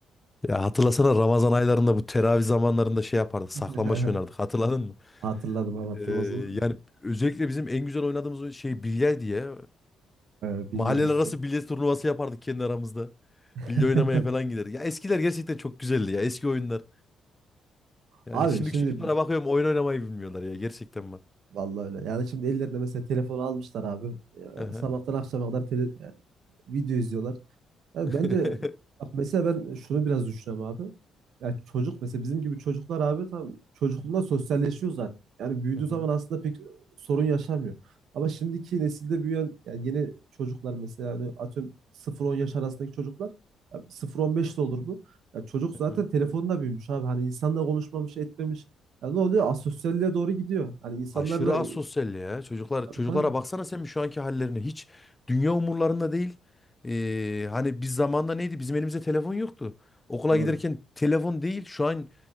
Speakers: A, on the left; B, on the right.
A: ya hatırlasana Ramazan aylarında bu teravih zamanlarında şey yapardık.
B: <laughs>
A: Saklambaç oynardık. Hatırladın mı?
B: Hatırladım abi hatırlamaz
A: Ee,
B: olur muyum?
A: yani özellikle bizim en güzel oynadığımız oyun şey bilye diye.
B: Ee, biliyorum
A: Mahalleler
B: misket.
A: arası bilye turnuvası yapardık kendi aramızda.
B: <laughs>
A: Bilye oynamaya falan giderdik. Ya eskiler gerçekten çok güzeldi ya. Eski oyunlar. Yani
B: Abi
A: şimdiki
B: şimdi
A: çocuklara bakıyorum oyun oynamayı bilmiyorlar ya. Gerçekten bak.
B: vallahi öyle. Yani şimdi ellerine mesela telefonu almışlar abi. Ya,
A: Aha.
B: Sabahtan akşama kadar tele- yani video izliyorlar. Ya
A: <laughs>
B: bence bak mesela ben şunu biraz düşünüyorum abi. Ya çocuk mesela bizim gibi çocuklar abi tam çocukluğunda sosyalleşiyor zaten. Yani büyüdüğü
A: Hı hı,
B: zaman aslında pek sorun yaşamıyor. Ama şimdiki nesilde büyüyen yani yeni çocuklar mesela yani atıyorum sıfır on yaş arasındaki çocuklar ya sıfır on 15 de olur bu. Ya çocuk zaten
A: hı hı.
B: telefonla büyümüş abi. Hani insanla konuşmamış, etmemiş. Ya ne oluyor? Asosyalliğe doğru gidiyor. Hani insanlarla
A: Aşırı asosyal ya. Çocuklar
B: tabii
A: çocuklara
B: tabii.
A: baksana sen bir şu anki hallerine. Hiç dünya umurlarında değil. Ee, hani biz zamanında neydi? Bizim elimizde telefon yoktu. Okula
B: Doğru.
A: giderken telefon değil. Şu an